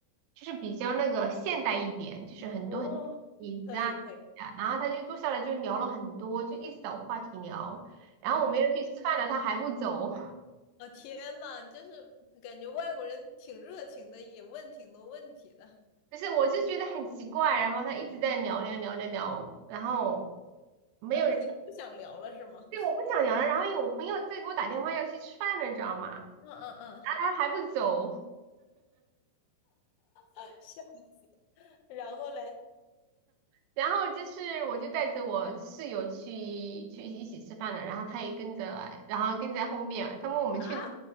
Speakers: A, on the right; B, on the left.
A: 就是比较那个现代一点，就是很多很椅子啊，
B: 哦，可以可以，
A: 啊然后他就坐下来就聊了很多，就一直找话题聊，然后我们要去吃饭了，他还不走，
B: 啊、天呐，就是感觉外国人挺热情的，也问挺多问题的，
A: <laughs> 就是我就觉得很奇怪，然后他一直在聊聊聊聊聊，然后没有人，
B: 然后你不想聊了是吗？
A: 对，
B: <laughs>
A: 我不想聊了，然后有我朋友在给我打电话要去吃饭了，你知道吗？
B: 嗯嗯嗯，
A: 然后他还不走。<laughs>
B: <laughs> 笑死了，然后嘞
A: 然后就是我就带着我室友去去一起吃饭了，然后他也跟着来然后跟在后面，他问我们去哪，
B: 啊，